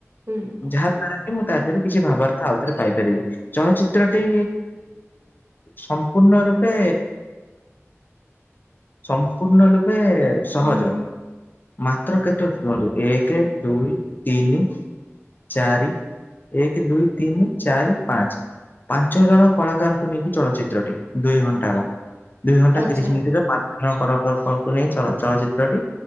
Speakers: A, on the right (about 55°); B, on the left (about 40°).
A: ହୁଁ।
B: ଯାହା ଦ୍ଵାରା କି ମୁଁ ତା ଦେହରୁ କିଛି ଭାବାର୍ତା ଆଉଥରେ ପାଇପାରିବି ଚଳଚିତ୍ରଟି ସମ୍ପୂର୍ଣ୍ଣ ରୂପେ ସମ୍ପୂର୍ଣ୍ଣ ଲୁପେ। ସହଜ
A: ହୁଁ
B: ମାତ୍ର କେତୋ ରୁହନ୍ତୁ ଏକ ଦୁଇ ତିନି ଚାରି ଏକେ ଦୁଇ ତିନି ଚାରି ପାଞ୍ଚେ ପାଞ୍ଚ ଜଣ କଳାକାରଙ୍କୁ ନେଇକି ଚଳ ଚିତ୍ରଟି ଦୁଇ ଘଣ୍ଟାର ଦୁଇ ଘଣ୍ଟା
A: ଆଚ୍ଛା
B: ତିରିଶ ମିନିଟ ର ପାଞ୍ଚ ଜଣ <unintelligible> ଚଳଚିତ୍ର ଟି